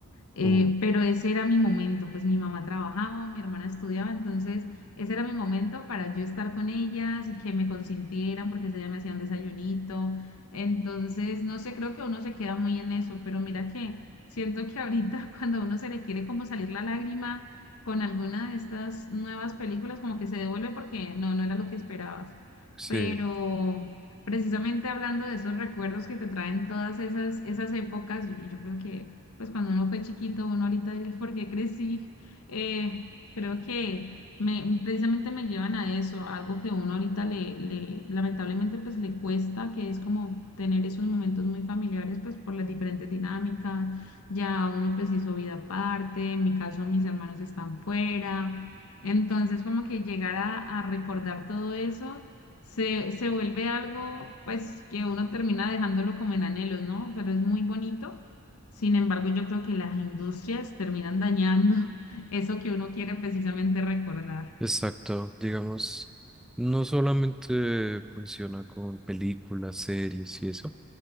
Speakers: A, on the left; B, in the centre.
A: Eh,
B: Uh,
A: pero ese era mi momento, pues mi mamá trabajaba, mi hermana estudiaba, entonces ese era mi momento para yo estar con ellas y que me consintieran porque ese día me hacían desayunito. Entonces, no sé, creo que uno se queda muy en eso, pero mira que siento que ahorita <laughs> cuando a uno se le quiere como salir la lágrima con alguna de estas nuevas películas, como que se devuelve porque no, no era lo que esperabas.
B: sí,
A: Pero precisamente hablando de esos recuerdos que te traen todas esas, esas épocas, yo, yo creo que pues cuando uno fue chiquito, uno ahorita dice, ¿por qué crecí? Eh, creo que me, precisamente me llevan a eso, a algo que uno ahorita le, le, lamentablemente, pues le cuesta, que es como tener esos momentos muy familiares, pues por las diferentes dinámicas, ya uno pues hizo vida aparte, en mi caso mis hermanos están fuera, entonces como que llegar a, a recordar todo eso se, se vuelve algo pues que uno termina dejándolo como en anhelos, ¿no? Pero es muy bonito sin embargo, yo creo que las industrias terminan dañando <laughs> eso que uno quiere precisamente recordar.
B: exacto. Digamos, no solamente funciona con películas, series y eso,